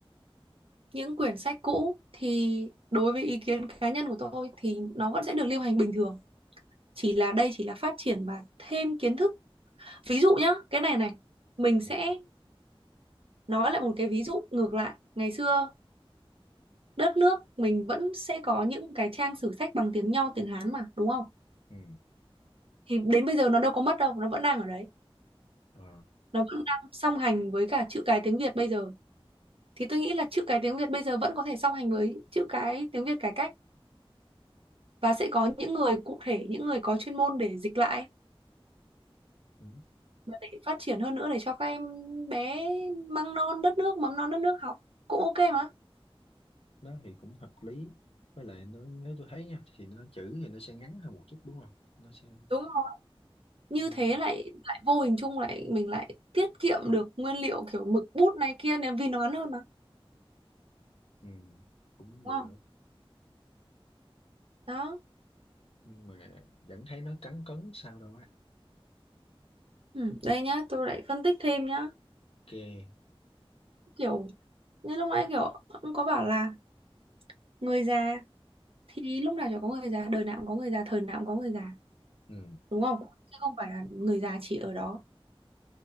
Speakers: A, on the right; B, on the left.
A: những quyển sách cũ thì đối với ý kiến cá nhân của tôi thì nó vẫn sẽ được lưu hành bình thường chỉ là đây chỉ là phát triển và thêm kiến thức ví dụ nhá cái này này mình sẽ
B: ừ
A: nói lại một cái ví dụ ngược lại ngày xưa đất nước mình vẫn sẽ có những cái trang sử sách bằng tiếng Nho, tiếng Hán mà, đúng không?
B: ừ
A: Thì đến bây giờ nó đâu có mất đâu, nó vẫn đang ở đấy.
B: ờ
A: Nó vẫn đang song hành với cả chữ cái tiếng Việt bây giờ. Thì tôi nghĩ là chữ cái tiếng Việt bây giờ vẫn có thể song hành với chữ cái tiếng Việt cải cách và sẽ có những người cụ thể, những người có chuyên môn để dịch lại
B: ừ.
A: và để phát triển hơn nữa để cho các em bé măng non đất nước, mầm non đất nước học cũng ok mà.
B: đó thì cũng hợp lý với lại nó, nếu tôi thấy nha thì nó chữ thì nó sẽ ngắn hơn một chút đúng không nó sẽ
A: Đúng rồi. Như
B: nhưng
A: thế lại lại vô hình chung lại mình lại tiết kiệm được nguyên liệu kiểu mực bút này kia nếu vì nó ngắn hơn mà.
B: ừ cũng
A: Đúng
B: được
A: không? đó
B: nhưng mà vẫn thấy nó cấn cấn sao đâu á
A: ừ, đây nhá tôi lại phân tích thêm nhá
B: ok
A: kiểu như lúc nãy kiểu ông có bảo là người già thì lúc nào chả có người già đời nào cũng có người già thời nào cũng có người già
B: ừ
A: đúng không chứ không phải là người già chỉ ở đó